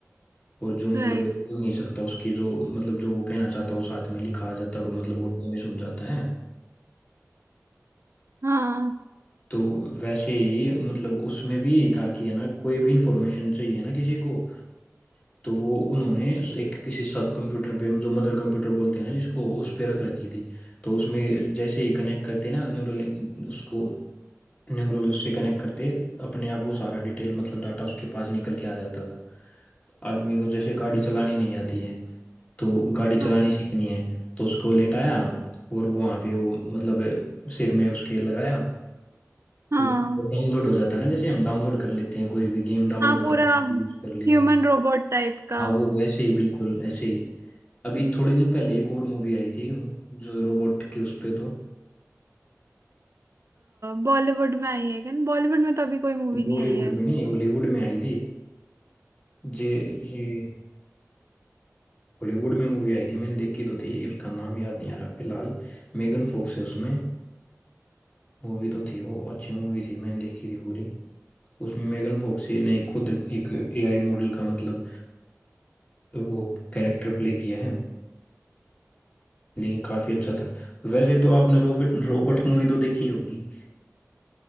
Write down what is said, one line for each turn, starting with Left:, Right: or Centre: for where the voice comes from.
Left: और जो मतलब
Right: राइट
Left: है, बोल नहीं सकता उसकी जो मतलब जो वो कहना चाहता है वो साथ में लिखा आ जाता है और वो मतलब ऑडियो में सुन जाता है
Right: हाँ
Left: तो वैसे ही मतलब उसमें भी यही था कि है ना कोई भी इंफॉर्मेशन चाहिए ना किसी को तो वो उन्होंने एक किसी सब कंप्यूटर पे जो मदर कंप्यूटर बोलते हैं ना जिसको उस पे रख रखी थी तो उसमें जैसे ही कनेक्ट करते ना न्यूरल उसको न्यूरल उससे कनेक्ट करते अपने आप वो सारा डिटेल मतलब डाटा उसके पास निकल के आ जाता था आदमी को जैसे गाड़ी चलानी नहीं आती है तो गाड़ी चलानी
Right: अच्छा,
Left: सीखनी है तो उसको लेटाया और वो वहाँ पे वो मतलब सिर में उसके लगाया
Right: हाँ
Left: और डाउनलोड हो जाता है ना जैसे हम डाउनलोड कर लेते हैं कोई भी गेम डाउनलोड
Right: हाँ पूरा
Left: कर यूज कर लिया
Right: ह्यूमन रोबोट टाइप का
Left: हाँ वो वैसे ही बिल्कुल ऐसे ही अभी थोड़े दिन पहले एक और मूवी आई थी जो रोबोट के उस पे तो
Right: बॉलीवुड में आई है क्या बॉलीवुड में तो अभी कोई मूवी नहीं
Left: बॉलीवुड
Right: आई है ऐसे।
Left: में नहीं हॉलीवुड में आई थी जे ये हॉलीवुड में मूवी आई थी मैंने देखी तो थी उसका नाम याद नहीं आ रहा फिलहाल मेगन फोक्स है उसमें मूवी तो थी वो अच्छी मूवी थी मैंने देखी थी पूरी उसमें मेगन फोक्स ने खुद एक एआई मॉडल का मतलब वो कैरेक्टर प्ले किया है लेकिन काफी अच्छा था वैसे तो आपने रोबोट रोबोट मूवी तो देखी होगी